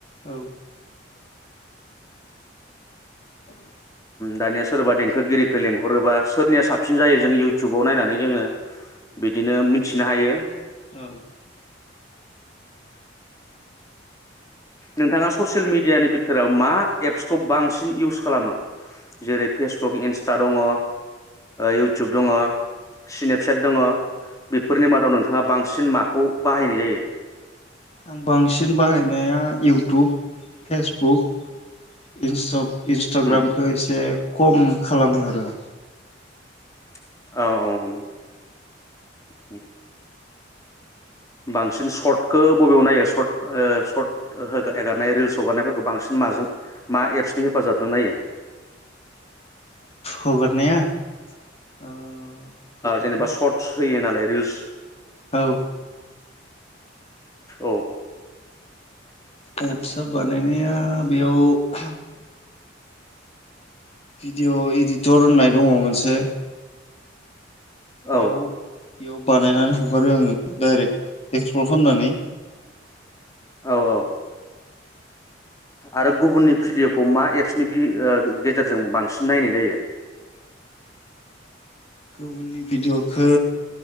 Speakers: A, on the left (about 35°); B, on the left (about 20°).
A: औ <inaudible>
B: दानिया सोरबा देंखोगिरिखौ लेंहरोबा सोरनिया साबसिन जायो जों इउटुबाव नायनानै जोङो बिदिनो मिथिनो हायो
A: औ
B: नोंथाङा ससियेल मेडियानि बिथोराव मा एप्सखौ बांसिन इउस खालामो जेरै फेसबुक इन्स्टा दङ इउटुब दङ स्नेपसेेट दङ बेफोरनि मादाव नोंथाङा बांसिन माखौ बाहायनाय जायो
A: आं बांसिन बाहायनाया इउटुब फेसबुक इन्सटाग्रामखौ
B: उम
A: एसे खम खालामो आरो
B: औ औ औ उम बांसिन शर्टखौ बबेयाव नायो शर्ट एगारनाय रिल्स हगारनायफोरखौ बांसिन माजों मा एप्सनि हेफाजाबजों नायो
A: हगारनाया ओ बेखौथ'
B: जेनेबा सर्टस होयो नालाय रिल्स
A: औ
B: औ
A: एबसा बानायनाया बेयाव भिडिअ' इदिटर होननाय दङ मोनसे बेयाव
B: औ
A: बेयाव बानायनानै हगारो आङो डाइरेक्ट एक्सप्लर खालामनानै
B: औ औ आरो गुबुननि भिडिअ'खौ मा एप्सनि गेजेरजों बांसिन नायनाय जायो
A: गुबुननि भिडिय'खौ